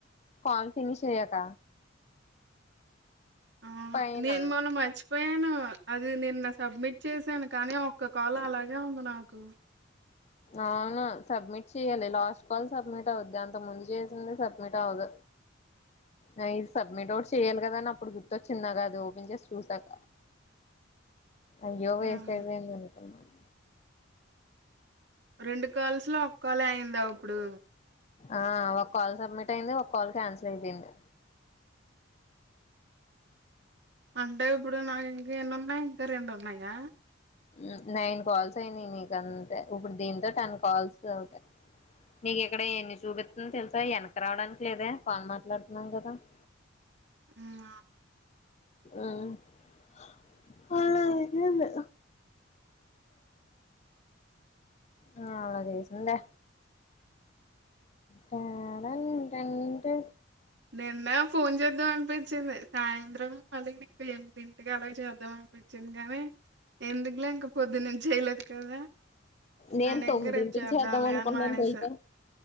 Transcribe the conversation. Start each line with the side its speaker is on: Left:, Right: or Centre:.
Left: కాల్ ఫినిష్ అయ్యాక
Right: ఆ
Left: పైన
Right: నేను మొన్న మర్చిపోయాను అది నిన్న సబ్మిట్ చేశాను కానీ ఒక్క కాల్ అలాగే ఉంది నాకు
Left: అవును సబ్మిట్ చేయ్యాలె, లాస్ట్ కాల్ సబ్మిట్ అవుద్ అంతకు ముందు చేసింది సబ్మిట్ అవ్వదు, ఆ ఇది సబ్మిటోడ్ చెయాలి గదాని అప్పుడు గుర్తొచ్చింది నాకది ఓపెన్ జేసి చూసాక అయ్యో వేస్ట్
Right: ఆహా!
Left: అయిపోయింది అనుకున్నాన్
Right: రెండు కాల్స్ లో ఒక్కాలే అయిందా ఒప్పుడు
Left: ఆ ఒక్కాల్ సబ్మిట్ అయింది ఒక్కాల్ క్యాన్సిల్ అయిపోయింది
Right: అంటే ఇప్పుడు నాకింకా ఎన్నున్నాయి ఇంక రెండున్నాయా
Left: ఉ నైన్ కాల్స్ అయినయి నీకంతే ఇప్పుడు దీంతో టెన్ కాల్స్ అవుతాయి నీకిక్కడ ఎన్ని సూపిత్తుంది తెల్సా, ఎనక్కు రావడానికి లేదే కాల్ మాట్లాడుతున్నాం గదా <unintelligible>
Right: హ్మ్ అవు
Left: ఉమ్ హా అలా అయ్యింది ఆ అలా జేసిందా తాడా ఎంటంటే
Right: నిన్నె ఫోన్ చేద్దాం అనిపించింది సాయంత్రం మళ్ళీ నీకు ఎనిమిదింటికి అలాగ చేద్దాం అనిపిచ్చింది గనీ ఎందుకులే ఇంక పొద్దునుంచేయలేదు కదా
Left: నేన్
Right: అని
Left: తొమ్మిదింటికి
Right: ఇంకా రేపు చేద్దాంలే
Left: చేద్దామనుకున్నాను
Right: అని మానేసా
Left: తెలుసా,